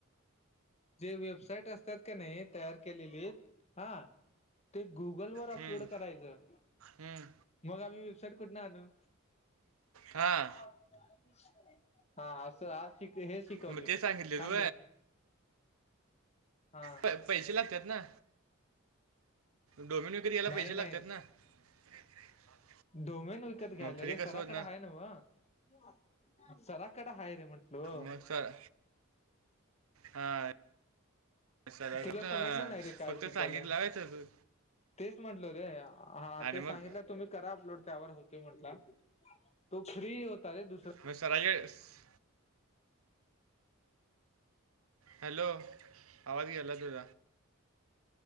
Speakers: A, on the left; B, on the right.
A: जे वेबसाईट असतात का नाही तयार केलेली. हा ते गुगल वर अपलोड
B: हम्म,
A: करायचं.
B: हम्म.
A: मग आम्ही व्यवसाईर कुठून आलो.
B: हां.
A: हा असं आज श हे शिकवले
B: मग ते सांगितले
A: थांब
B: तू
A: दून. हा.
B: प- पैसे लागतात ना डोमिनोिक याला पैसे
A: नाही, नाही.
B: लागतात ना. <inaudible>
A: डोमेन विकत
B: मग
A: घ्यायला
B: फ्री
A: रे
B: कसं
A: सराकड
B: होत
A: आहे ना, म सराकडं आहेा रे म्हण. हो.
B: मग सर हा सर
A: तुला
B: फक्त
A: समजलं नाही रे काय
B: फक्त
A: शिकवलं.
B: सांगितलं आहे सर तू
A: तेच म्हटलं रे हा
B: आणि
A: ते
B: मग
A: सांगितलं तुम्ही? अलोड त्या म्ह तो फ्री होता दु. <unintelligible>
B: म सर आ <unintelligible> हॅलो आवाज गला तुझ.